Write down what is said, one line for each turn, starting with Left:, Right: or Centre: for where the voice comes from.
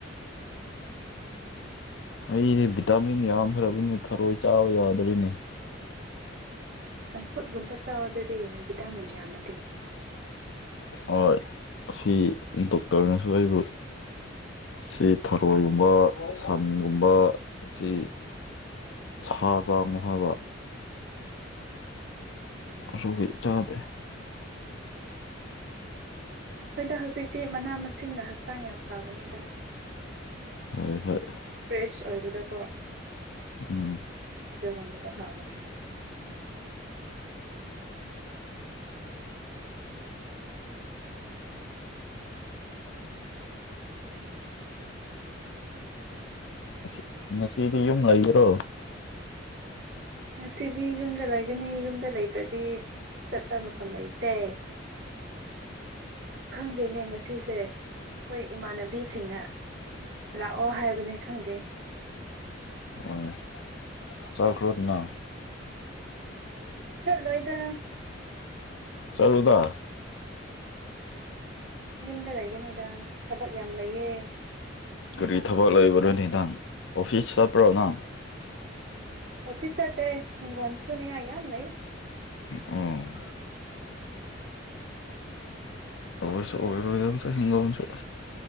Left: ꯑꯩꯗꯤ ꯚꯤꯇꯥꯃꯤꯟ ꯌꯥꯝꯈ꯭ꯔꯕꯅꯤꯅ ꯊꯔꯣꯏ ꯆꯥꯕ ꯌꯥꯗ꯭ꯔꯦꯅꯦ
Right: ꯆꯝꯐꯨꯠꯒꯨꯝꯕ ꯆꯥꯎ ꯑꯗꯨꯗꯤ ꯚꯤꯇꯥꯃꯤꯟ ꯌꯥꯝꯃꯗꯤ
Left: ꯍꯣꯏ ꯁꯤ ꯗꯣꯛꯇꯔꯅꯁꯨ ꯑꯩꯕꯨ ꯁꯤ ꯊꯔꯣꯏꯒꯨꯝꯕ ꯁꯟꯒꯨꯝꯕ ꯁꯤ ꯁꯥ ꯆꯥꯒꯅꯨ ꯍꯥꯏꯕ
Right: ꯎꯝ
Left: <unintelligible> ꯆꯥꯗꯦ
Right: ꯍꯣꯏꯗ ꯍꯧꯖꯤꯛꯇꯤ ꯃꯅꯥ ꯃꯁꯤꯡꯅ ꯍꯛꯆꯥꯡ ꯌꯥꯝ ꯐꯕꯅꯦꯗ
Left: ꯍꯣꯏ ꯍꯣꯏ
Right: ꯐ꯭ꯔꯦꯁ ꯑꯣꯏꯕꯗꯣꯀꯣ
Left: ꯎꯝ
Right: ꯑꯗꯨꯒꯨꯝꯕꯗꯣ ꯍꯥꯎꯒꯅꯤ
Left: ꯉꯁꯤ ꯉꯁꯤꯗꯤ ꯌꯨꯝ ꯂꯩꯕꯔꯣ
Right: ꯉꯁꯤꯗꯤ ꯌꯨꯝꯗ ꯂꯩꯒꯅꯤ ꯌꯨꯝꯗ ꯂꯩꯇ꯭ꯔꯗꯤ ꯆꯠꯄ ꯃꯐꯝ ꯂꯩꯇꯦ ꯈꯪꯗꯦꯅꯦ ꯉꯁꯤꯁꯦ ꯑꯩꯈꯣꯏ ꯏꯃꯥꯟꯅꯕꯤꯁꯤꯡꯅ ꯂꯥꯛꯑꯣ ꯍꯥꯏꯕꯅꯦ ꯈꯪꯗꯦ
Left: ꯍꯣꯏ ꯆꯠꯈ꯭ꯔꯣꯗꯅ
Right: ꯆꯠꯂꯣꯏꯗ
Left: ꯆꯠꯂꯨꯗ
Right: ꯌꯨꯝꯗ ꯂꯩꯒꯅꯤꯗ ꯊꯕꯛ ꯌꯥꯝ ꯂꯩꯌꯦ
Left: ꯀꯔꯤ ꯊꯕꯛ ꯂꯩꯕꯔꯅꯦ ꯅꯪ ꯑꯣꯐꯤꯁ ꯆꯠꯄ꯭ꯔꯣ ꯅꯪ
Right: ꯑꯣꯐꯤꯁ ꯆꯠꯇꯦ ꯍꯤꯡꯒꯣꯜ ꯁꯨꯅꯤꯡꯉꯥꯏ ꯌꯥꯝ ꯂꯩ
Left: ꯎꯝ ꯑꯣꯏꯁꯨ ꯑꯣꯏꯔꯣꯏꯗꯕꯗ ꯍꯤꯡꯒꯣꯟꯁꯨ